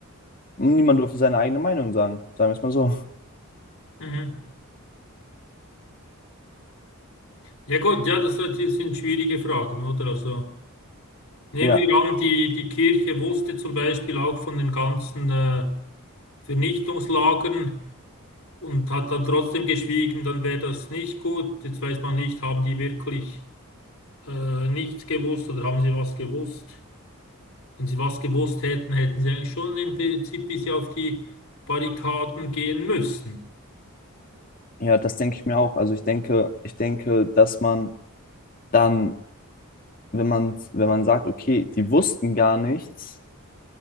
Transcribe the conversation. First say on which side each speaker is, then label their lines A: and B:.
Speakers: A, on the left; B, on the left.
A: niemand durfte seine eigene Meinung sagen, sagen wir es mal so.
B: Mhm. Mhm. Ja gut, ja, das, das sind schwierige Fragen, oder? Also nehmen
A: Ja,
B: wir an, die, die Kirche wusste zum Beispiel auch von den ganzen äh, Vernichtungslagern. und hat dann trotzdem geschwiegen, dann wäre das nicht gut. Jetzt weiß man nicht, haben die wirklich äh, nichts gewusst oder haben sie was gewusst? Wenn sie was gewusst hätten, hätten sie eigentlich schon im Prinzip bis auf die Barrikaden gehen müssen.
A: ja, das denke ich mir auch. Also ich denke, ich denke, dass man dann, wenn man, wenn man sagt, okay, die wussten gar nichts,